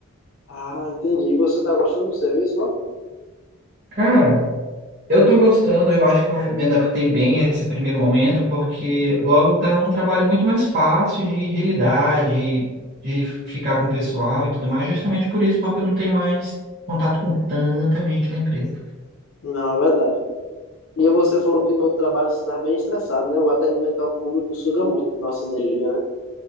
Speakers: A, on the left; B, on the right.
A: Ah, entendi. E você tá gostando do serviço lá?
B: Cara. Eu tô gostando, eu acho que eu me adaptei bem a esse primeiro momento, porque logo tá um trabalho muito mais fácil de, de lidar, de, de ficar com o pessoal e tudo mais, justamente por isso, porque eu não tenho mais contato com tanta gente na empresa.
A: Não, é verdade. E você falou que no outro trabalho você está bem estressado, né? O atendimento ao público suga muito nossa energia, né?